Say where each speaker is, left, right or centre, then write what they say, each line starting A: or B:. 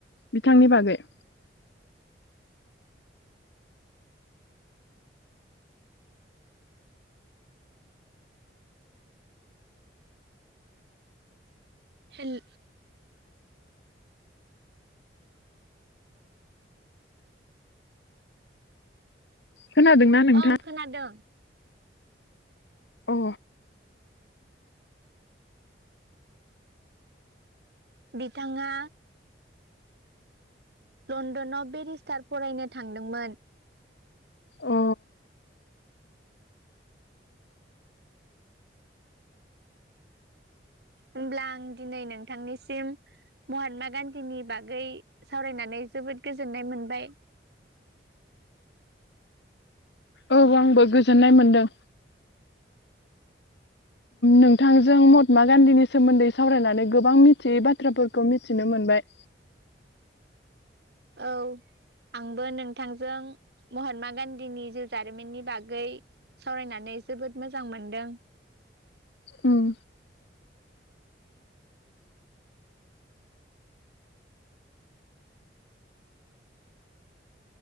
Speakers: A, on the left; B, on the right.
A: बिथांनि बागै?
B: हेल
A: खोनादोंना नोंथां?
B: ओं खोनादों।
A: अ
B: बिथाङा लनडनाव बेेरिस्टार फरायनो थांदोंमोन।
A: अ
B: होमब्ला आं दिनै नोंथांनिसिम महात्मा गान्धीनि बागै सावरायनानै जोबोद गोजोननाय मोनबाय।
A: औ आंबो गोजोननाय मोनदों। नोंथांजों महात्मा गान्धीनि सोमोन्दै सावरायनानै गोबां मिथियै बाथ्राफोरखौ मिथिनो मोनबाय।
B: औ आंबो नोंथांजों महात्मा गान्धीनि जिउ जारिमिननि बागै सावरायनानै जोबोद मोजां मोनदों
A: उम।